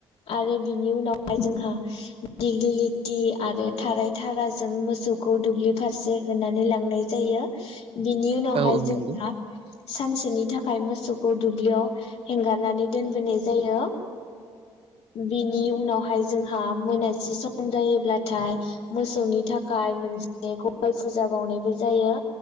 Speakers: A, on the left; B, on the right.
A: आरो बिनि उनावहाय जोंहा दिगिलिटि आरो थाराय थाराजों मोसौखौ दुब्लि फारसे होनानै लां नाय जायो‌ बिनि उनावहाय
B: औ औ
A: जोंहा
B: नंगौ
A: सानसेनि थाखाय मोसौखौ दुब्लियाव हेंगारनानै दोनबोनाय जायो। बिनि उनावहाय जोंहा मोनासि सम जायोब्लाथाय मोसौनि थाखाय मोनसे गय फुजा बावनायबो जायो।